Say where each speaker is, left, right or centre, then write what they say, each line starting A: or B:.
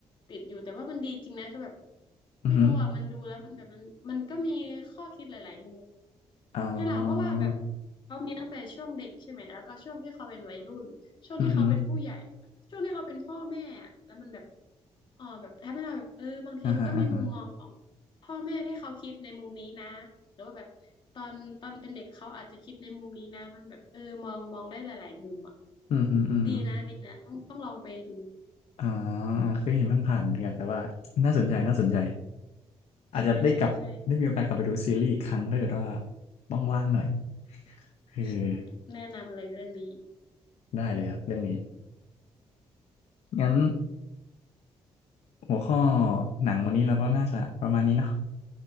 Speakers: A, on the left; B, on the left.
A: ติดอยู่แต่ว่ามันดีจริงนะคือแบบ
B: อือหือ
A: ไม่รู้อ่ะมันดูแล้วมันแบบมันมันก็มีข้อคิดหลายๆมุม
B: อ๋อ
A: ให้เราเพราะว่าแบบเขามีตั้งแต่ช่วงเด็กใช่ไหมแล้วก็ช่วงที่เขาเป็นวัยรุ่นช่วงที่เขาเป็นผู้ใหญ่แล้วก็ช่วงที่เขาเป็นพ่อแม่อะแล้วมันแบบ
B: อือหือ
A: อ๋อแบบทำให้เราแบบเออบางทีมันก็มีมุมมองของ
B: อ่าฮะอ่าฮะ
A: พ่อแม่ที่เขาคิดในมุมนี้นะหรือว่าแบบตอนตอนเป็นเด็กเขาอาจจะคิดในมุมนี้นะมันแบบเออมองมองได้หลายๆมุมอ่ะ
B: อือหืออือหือ
A: ดีนะดีนะต้องต้องลองไปดู
B: อ่าเคยเห็นผ่านๆเหมือนกันแต่ว่าน่าสนใจน่าสนใจอาจจะได้กลับได้มีโอกาสกลับไปดูซีรีส์อีกครั้งถ้าเกิดว่า
A: ใช่ใช่ใช่
B: ว่างๆหน่อยเออ
A: ใช่แนะนำเลยเรื่องนี้
B: ได้เลยครับเรื่องนี้งั้นหัวข้อหนังวันนี้เราก็น่าจะประมาณนี้เนาะ